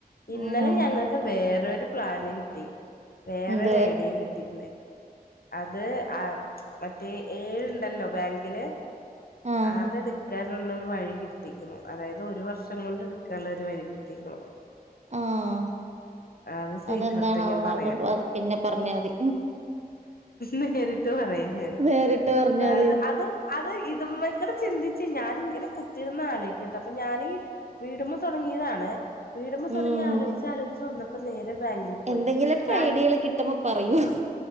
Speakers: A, on the left; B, on the right.
A: ഇന്നലെ
B: ഉം
A: ഞങ്ങക്ക് ക്ക് വേറൊര് പ്ലാന് കിട്ടി. വേറൊര്
B: എന്ത്
A: ഐഡിയെം കിട്ടിട്ട്ണ്ട് അത്. ആ മറ്റേ ഏഴുണ്ടല്ലോ ബാങ്കില്
B: ആഹ്
A: അതെട് ക്കാനുള്ള ഒരു വഴി കിട്ടിക്കുണു അതായത് ഒരു വർഷം കൊണ്ട് എടുക്കാനുള്ള ഒരു വഴി കിട്ടീക്കുണ്
B: ആഹ്
A: അത് സീക്രട്ട്
B: അതെന്താണ് അവമാർക്ക്
A: ഞാൻ പറയാട്ടൊ
B: അത് പിന്നെ പറഞ്ഞാൽ മതി
A: നേരിട്ട് ട്ട്പറയാ ഞാന്
B: നേരിട്ട് പറഞ്ഞാൽ
A: ആ
B: മതി
A: അത് അത് ഇതിമ്മക്കൂടെ ചിന്തിച്ച് ഞാനിങ്ങനെ കു ത്തിരുന്ന് ആലോയിക്കട്ടെ അപ്പൊ ഞാനീ വീടുമ്പ തുടങ്ങിയതാണ് വീടുമ്പോ തുടങ്ങി
B: ഉം
A: ആലോയ്ച് ആലോയിച്ചു വന്നപ്പോ നേരെ ബാങ്കിൽ പോയി
B: എന്തെങ്കിലൊക്കെ
A: ബാങ്ക്
B: ഐഡിയകൾ കിട്ടുമ്പോ പറയൂ